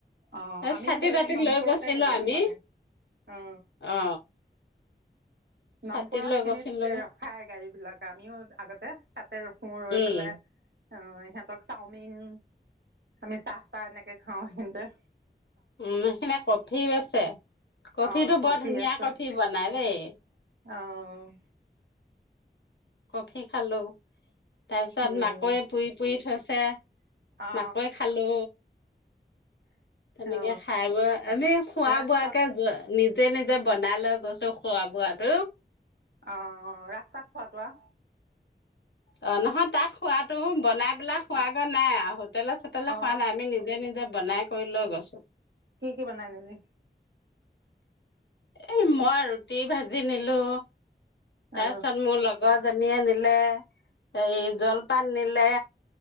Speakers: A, on the right; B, on the left.
A: অ আমিও
B: ছাতি
A: গ'লে
B: তাতি
A: সেই নংপুৰতে
B: লৈ গৈছিলো
A: ৰখো
B: আমি
A: মানে। অ।
B: অ
A: নংপুৰৰ
B: ছাতি লৈ
A: সেইখিনিত
B: গৈছিলো
A: ৰখাই গাড়ী বিলাক আমিও আগতে তাতে ৰখো, ৰৈ
B: উম
A: পেলাই, অ ইহঁতক চাওমিন, আমি চাহ তাহ এনেকে খাওঁ সেইখিনিতে।
B: উম সেইখিনিত কফি আছে কফিটো
A: অ কফি
B: বৰ ধুনীয়া
A: আছে
B: কফি বনাই দেই। <unintelligible>
A: অ'
B: কফি খালো। তাৰ পিছত
A: উম
B: মাকৈ পুৰি-পুৰি থৈছে। পে
A: অ
B: মাকৈ খালো। তেনেকে
A: অ
B: খাই বৈ আমি খোৱা-বোৱাকে
A: ৰাস্তাত
B: নিজে নিজে নিজে বনায় লৈ গৈছোঁ খোৱা-বোৱাটো।
A: অহ, ৰাস্তাত খোৱা-তোৱা!
B: অ নহয়। তাত খোৱাটো বনায় পেলায় খোৱাগৈ
A: অ
B: নাই আৰু হোটেলে-চোটেলে
A: অ অ
B: খোৱা নাই। আমি নিজে নিজে বনাই <unintelligible> গছত।
A: কি কি বনাই নিলি?
B: এ মই ৰুটি-ভাজি নিলো। তাৰ
A: অ
B: পিছত মোৰ লগৰ ধনীয়া নিলে এই জলপান নিলে